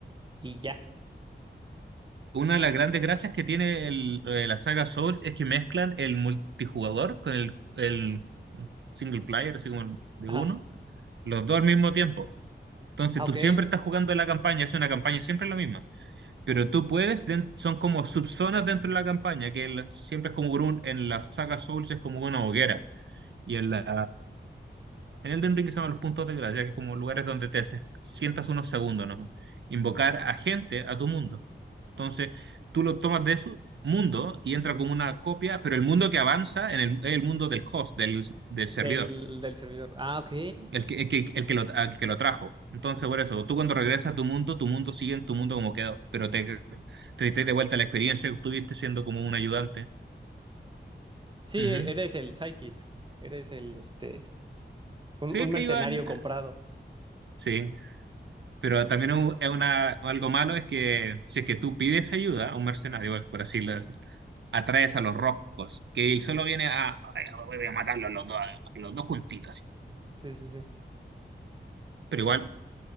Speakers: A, on the right; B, on the right.
A: y ya.
B: Una de las grandes gracias que tiene el- eh, la saga Souls es que mezclan el multijugador con el, el single player, así como el de
A: Ajá.
B: uno, los dos al mismo tiempo. Entonces
A: Ah,
B: tú
A: ok,
B: siempre estás jugando la campaña, es una campaña siempre la misma. Pero tú puedes, den- son como subzonas dentro de la campaña, que el- siempre es como por un, en la saga Souls es como una hoguera. Y en la, en Elden Ring se llaman los puntos de gracia, que es como lugares donde te se- sientas unos segundos nomás. Invocar a gente a tu mundo. Entonces, tú lo tomas de su mundo y entra como una copia, pero el mundo que avanza en el, es el mundo del host, del, del servidor
A: del, del servidor. Ah, ok.
B: el que, el que, el que lo, al que lo trajo. Entonces, por eso, tú cuando regresas a tu mundo, tu mundo sigue en tu mundo como quedó, pero te traes de vuelta la experiencia que tuviste siendo como un ayudante.
A: Sí,
B: Ujú.
A: e-, eres el Psykit, eres el, este, un,
B: Sí,
A: un
B: que
A: mercenario
B: ayuda, al-
A: comprado.
B: sí, pero también u- es una, algo malo es que si es que tú pides ayuda a un mercenario, por por así lo decir, atraes a los rojos, que él solo viene a, "Ay, no, voy a matarlos los dos, los dos juntitos. así.
A: Sí, sí, sí.
B: Pero igual